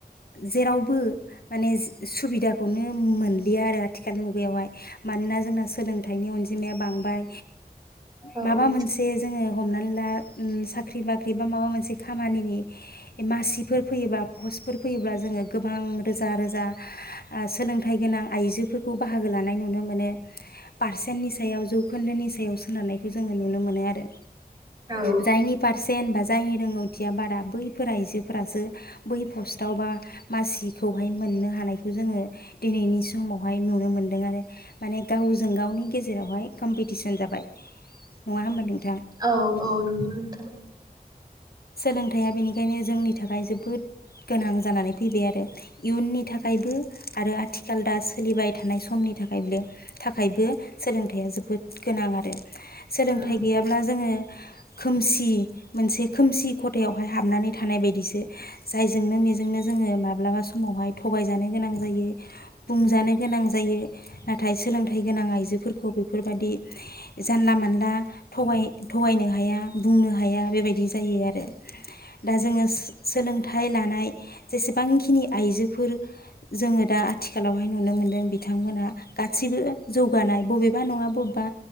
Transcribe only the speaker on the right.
औ
औ
औ औ नंगौ नोंथां
औ